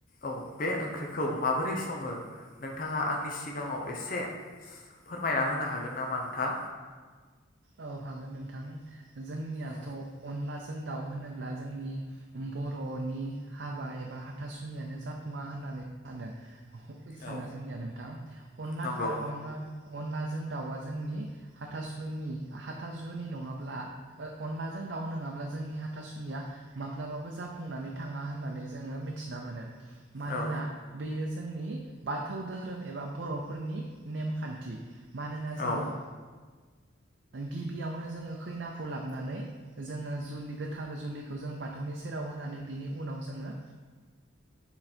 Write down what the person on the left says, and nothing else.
औ बे ओंख्रिखौ माबोरै सङो नोंथाङा आंनि सिगाङाव एसे फोरमायना होनो हागोन नामा नोंथां?
औ
औ
नंगौ
औ
औ